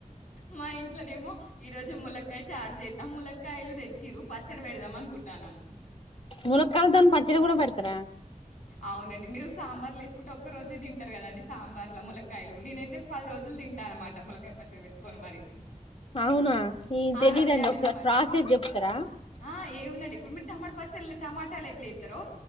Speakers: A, on the left; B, on the left.
A: మా ఇంట్లోనేమో ఈ రోజు ములక్కాయ చారు చేదం ముల్లక్కాయలు తెచ్చిరు పచ్చడి పెడదాం అనుకుంటాన్నాం
B: ములక్కాయలతోని పచ్చడి కూడా పెడతారా
A: అవునండి మీరు సాంబార్లు వేసుకుంటే ఒక్క రోజే తింటారు కదండి సాంబార్ల ములక్కకాయలు నేనైతే పది రోజులు తింటా అన్నమాట ములకాయ పచ్చడి పెట్టుకొని మరి
B: అవునా ఏ తెలీదండి
A: ఆరోగ్యానికి
B: ఒకసారి
A: మ
B: ప్రాసెస్ చెప్తారా
A: ఆ! ఏముందండి. ఇప్పుడు మమా పచ్చ టమాటాలో ఎట్లా వేస్తారో